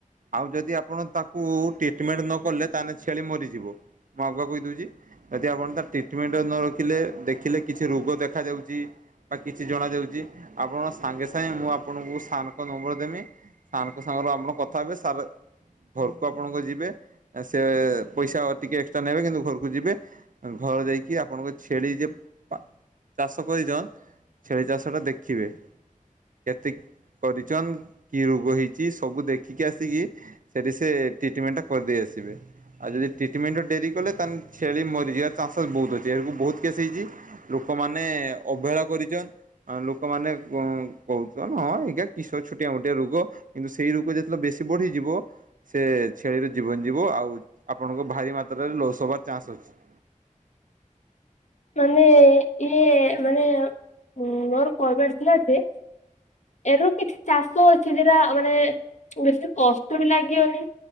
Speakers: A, on the right; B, on the left.
A: ଆଉ ଯଦି ଆପଣ ତାକୁ ଟ୍ରିଟ୍ମେଣ୍ଟ ନକଲେ ତାହେଲେ ଛେଳି ମରିଯିବ। ମୁଁ ଆଗୁଆ କହିଦଉଛି। ଯଦି ଆପଣ ତା ଟ୍ରିଟ୍ମେଣ୍ଟ ନ ରଖିଲେ ଦେଖିଲେ କିଛି ରୋଗ ଦେଖାଯାଉଛି। ବା କିଛି ଜଣ ଯାଉଛି ଆପଣ ସାଙ୍ଗେ ସା ନାଇଁ ମୁଁ ଆପଣଙ୍କୁ ସାର୍ ଙ୍କ ନମ୍ବର ଦେବି ସାର୍ ଙ୍କ ସାଙ୍ଗରୁ ଆପଣ କଥା ହେବେ ସାର୍ ଘର୍ କୁ ଆପଣଙ୍କ ଯିବେ ଆ ସେ ପଇସା ଟିକେ ଏକ୍ସଟ୍ରା ନେବେ କିନ୍ତୁ ଘରକୁ ଯିବେ। <unintelligible> ଆପଣଙ୍କ ଛେଳି ଯେ ପା ଚାଷ କରିଛ ଛେଳି ଚାଷ ଟା ଦେଖିବେ। କେତେ କରିଛନ୍ କି ରୋଗ ହେଇଛି ସବୁ ଦେଖିକି ଆସିକି ସେଠି ସେ ଟ୍ରିଟ୍ମେନ୍ଟ ଟା କରିଦେଇ ଆସିବେ। ଆଉ ଯଦି ଟ୍ରିଟ୍ମେନ୍ଟ ରେ ଡେରି କଲେ ତାନ୍ ଛେଳିରିଯିବାର ଚାନ୍ସେସ୍ ବହୁତ ଅଛି ଏକୁ ବହୁତ କେ୍ସ୍ ହେଇଛି। ଲୋକମାନେ ଅବହେଳା କରିଛନ୍ ଲୋକମାନେ <unintelligible> ଏ୍ଞା କି ଛୋଟିଆ ମୋଟିଆ ରୋଗ କିନ୍ତୁ ସେଇ ରୋଗ ଯେତେବେଳେ ବେଶୀ ବଢିଯିବ ସେ ଛେଳି ଜୀବନ୍ ଜୀବ ଆଉ ଆପଣଙ୍କ ଭାରି ମାତ୍ରାରେ ଲସ୍ ହେବାର ଚାନ୍ସ ଅଛି।
B: ମାନେ ଇଏ ମାନେ ମୋର୍ <unintelligible> ଥିଲା ଯେ ଏରୁ କିଛି ଚାଷ ଅଛି ଜେରା ମାନେ ବେଶୀ କଷ୍ଟ ବି ଲାଗିିବନି।